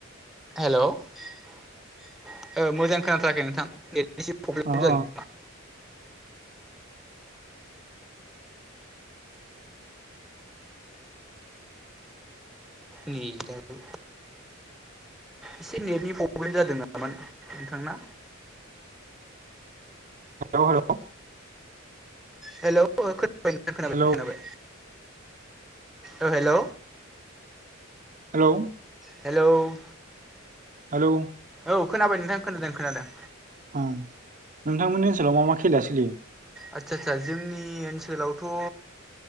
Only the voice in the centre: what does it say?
हेल' ओ मोजां खोनाथाराखै नोंथां नेट एसे प्रब्लेम
जादों
नेटाबो एसे नेटनि प्रब्लेम जादों नामा नोंथांना?
हेल' औ खोनाबाय खोनाबाय
खोनाबाय ओ हेल'।
हेल'।
औ खोनाबाय नोंथां खोनादों खोनादों।
आदसा आदसा जोंनि ओनसोलावथ' ओ